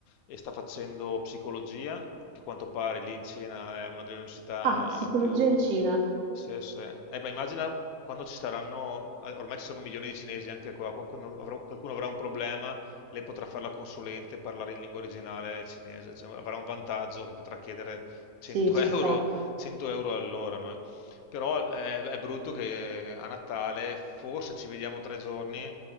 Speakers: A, on the left (about 80°); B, on the right (about 80°).
A: e sta facendo psicologia, che a quanto pare lì in Cina è una delle università
B: Ah, psicologia
A: più...
B: in Cina.
A: Sì, sì. Eh, beh, immagina quando ci saranno, eh, ormai ci sono milioni di cinesi anche qua, qualcuno avrà, qualcuno avrà un problema, lei potrà fare la consulente e parlare in lingua originale cinese, cioè, avrà un vantaggio che potrà chiedere 100
B: Sì, ci
A: <laughs>
B: sta.
A: euro, 100 euro all'ora noi. Però eh, è brutto che a Natale forse ci vediamo tre giorni